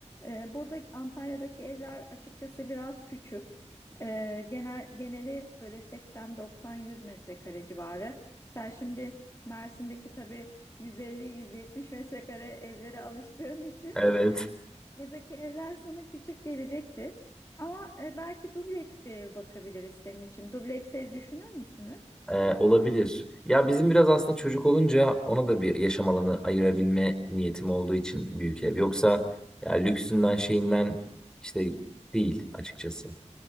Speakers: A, on the left; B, in the centre.
A: ee, burada Antalya'daki evler açıkçası biraz küçük. Ee, genel geneli böyle 80-90-100 metrekare civarı. Sen şimdi Mersin'deki tabii 150-170 metrekare evlere alıştığın için
B: <laughs> Evet.
A: <laughs> buradaki evler sana küçük gelecektir. Ama e, belki dubleks bir ev bakabiliriz senin için. Dubleks ev düşünür müsünüz?
B: Ee, olabilir. Ya bizim biraz aslında çocuk olunca ona da bir yaşam alanı ayırabilme niyetim olduğu için büyük ev. Yoksa ya lüksünden şeyinden işte değil açıkçası.